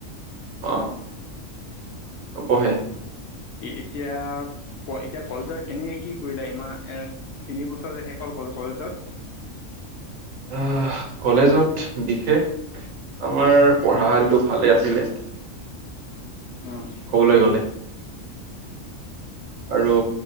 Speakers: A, on the right (about 75°); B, on the left (about 65°).
A: অ! নপঢ়ে।
B: এ-এতিয়া এতিয়া কলেজত কেনেকৈ কি কৰিলে ইমান তিনিবছৰ যে শেষ হ'ল কলেজত- উ <inaudible>
A: আহ! কলেজত বিশেষ আমাৰ পঢ়াশালিটো ভালে আছিলে।
B: অঁ
A: কবলৈ গ'লে আৰু